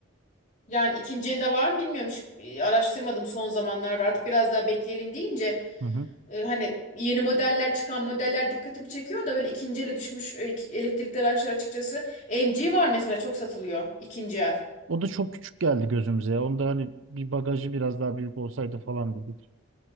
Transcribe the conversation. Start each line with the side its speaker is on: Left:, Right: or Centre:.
Left: Yani ikinci elde var mı bilmiyorum. Hiç e, araştırmadım son zamanlarda. Artık biraz daha bekleyelim deyince
Right: Hı hı.
Left: e, hani yeni modeller çıkan modeller dikkatimi çekiyor da böyle ikinci ele düşmüş e, elektrikli araçlar açıkçası. MG var mesela çok satılıyor ikinci el.
Right: O da çok küçük geldi gözümüze ya. Onda hani bir bagajı biraz daha büyük olsaydı falan dedik.